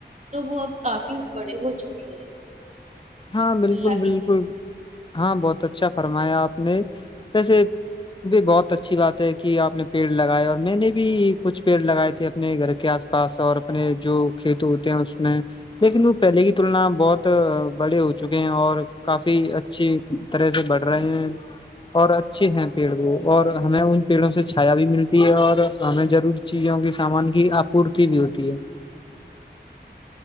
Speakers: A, on the right; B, on the left.
A: تو وہ اب کافی بڑے ہو چکے ہیں
B: ہاں بالکل
A: اللہ کی
B: بالکل ہاں بہت اچھا <unintelligible> فرمایا آپ نے ویسے بھی بہت اچھی بات ہے کہ آپ نے پیڑ لگائے اور میں نے بھی کچھ پیڑ لگائے تھے اپنے گھر کے آس پاس اور اپنے جو کھیت ہوتے ہیں اس میں لیکن وہ پہلے کی تلنا بہت بڑے ہو چکے ہیں اور کافی اچھی طرح سے بڑھ رہے ہیں اور اچھے ہیں پیڑ وہ اور ہمیں ان پیڑوں سے چھایا بھی ملتی ہے اور ہمیں ضروری چیزوں کے سامان کی آپورتی بھی ہوتی ہے